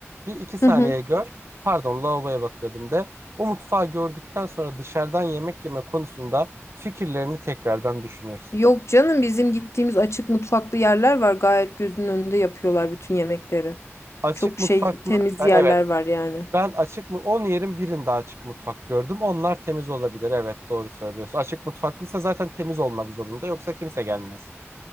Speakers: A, on the right; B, on the left.
A: Bir iki
B: Hı
A: saniye
B: hı.
A: gör. Pardon lavaboya bakıyordum de. O mutfağı gördükten sonra dışarıdan yemek yeme konusunda fikirlerini tekrardan düşünürsün.
B: Yok canım bizim gittiğimiz açık mutfaklı yerler var. Gayet gözünün önünde yapıyorlar bütün yemekleri.
A: Açık
B: Çok
A: mutfaklı
B: şey temiz
A: e, evet
B: yerler var yani.
A: ben açık mı 10 yerin birinde açık mutfak gördüm. Onlar temiz olabilir. Evet doğru söylüyorsun. Açık mutfaklıysa zaten temiz olmak zorunda yoksa kimse gelmez.